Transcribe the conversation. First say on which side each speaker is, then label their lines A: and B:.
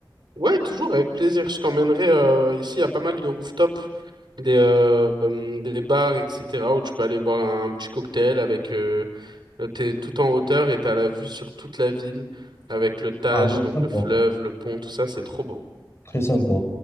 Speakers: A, on the right; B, on the left.
A: Ouais, toujours avec plaisir. Je t'emmènerai euh, ici à pas mal de rooftops, des, euh, hum, des bars, etc., où tu peux aller boire un petit cocktail avec. Euh, euh, t'es tout en hauteur et t'as la vue sur toute la ville avec le Tage,
B: Ah oui,
A: donc
B: sympa,
A: le fleuve, le pont, tout ça. C'est trop beau.
B: très sympa.